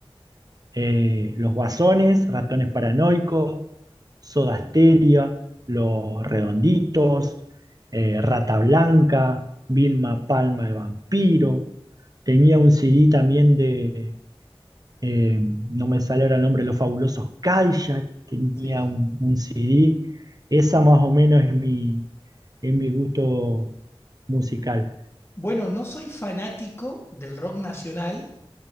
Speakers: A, on the right; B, on the left.
A: eh, los Guasones, Ratones Paranoicos, Soda Stereo, Los Redonditos, eh, Rata Blanca, Vilma Palma de Vampiro. Tenía un CD también de eh, no me sale ahora el nombre, Los Fabulosos Cadillac, tenía
B: Sí.
A: un, un CD, esa más o menos es mi, es mi gusto musical.
B: Bueno, no soy fanático del rock nacional,